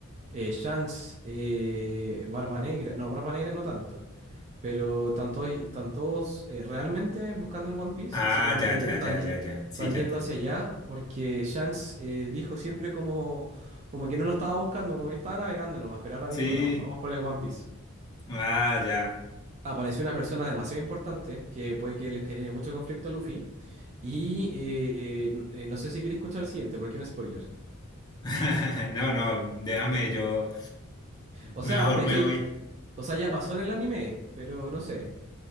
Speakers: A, on the right; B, on the left.
A: eh, Shanks, eh, Barba Negra. No, Barba Negra no tanto. Pero están todos, están todos, eh, realmente buscando el One Piece.
B: Ah,
A: Así como
B: ya,
A: que
B: ya,
A: están,
B: ya,
A: ye-
B: ya, ya.
A: están
B: Sí, ya
A: yendo
B: entendí.
A: hacia allá porque Shanks eh, dijo siempre como, como que no lo estaba buscando, como que estaba navegando nomás. Pero ahora
B: Sí,
A: dijo, no, vamos por el One Piece.
B: Ah, ya.
A: apareció una persona demasiado importante que puede que les genere mucho conflicto a Luffy. Y eh, no, eh, no sé si queréis escuchar el siguiente, porque es un spoiler.
B: <laughs> No, no, déjame yo.
A: O
B: Mejor
A: sea, de hecho,
B: me
A: ya-
B: voy.
A: o sea, ya pasó en el anime, pero no sé.